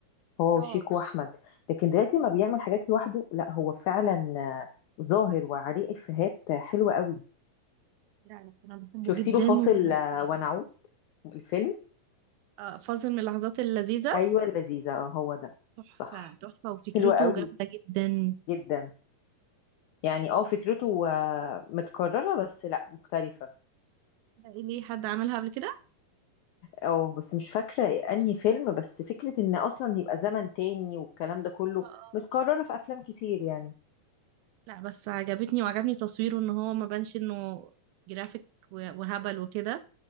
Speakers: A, on the left (about 80°); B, on the right (about 85°).
A: هو
B: اه
A: وشيك واحمد لكن دلوقتي ما بيعمل حاجات لوحده لا هو فعلا آه، ظاهر وعليه افيهات آه، حلوه قوي
B: لا انا أنا بحبه
A: شفتي
B: جدا
A: له فاصل
B: و...
A: آه، ونعود الفيلم
B: آه، فاصل من اللحظات اللذيذه
A: ايوه اللذيذه اه هو ده
B: تحفه
A: صح
B: تحفه وفكرته
A: حلوه قوي
B: جامده جدا
A: جدا يعني اه فكرته آه، متكرره بس لا مختلفه
B: ده إيه ليه حد عملها قبل كده
A: اه بس مش فاكرة انهي فيلم بس فكرة ان اصلا يبقى زمن تاني والكلام ده كله
B: آه، آه.
A: متكررة في افلام كتير يعني
B: لا بس عجبتني وعجبني تصويره ان هو ما بانش انه جرافيك و- وهبل وكده